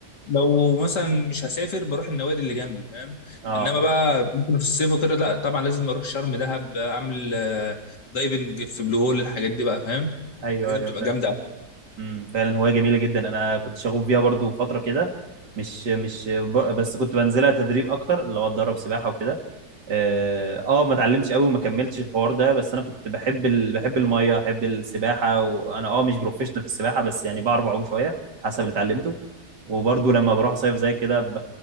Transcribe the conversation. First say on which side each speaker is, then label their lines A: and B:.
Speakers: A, on the left; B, on the right.
A: لو مثلا مش هسافر بروح النوادي اللي جنبي فاهم
B: اه
A: انما بقى ممكن في الصيف وكده لا طبعا لازم اروح شرم دهب اعمل آه، دايفنج في بلو هول الحاجات دي بقى فاهم
B: ايوه
A: الحاجات
B: ايوه
A: دي بتبقى جامده أوي.
B: امم فعلا هواية جميلة جدا انا كنت شغوف بيها برضو فترة كده مش مش ب... بس كنت بنزلها تدريب اكتر اللي هو اتدرب سباحة وكده اه آه، ما اتعلمتش قوي وما كملتش الحوار ده بس انا كنت بحب ال... بحب المية بحب السباحة وانا اه مش بروفيشنال في السباحة بس يعني بعرف اعوم شوية حسب اللي اتعلمته وبرضو لما بروح صيف زي كده ب...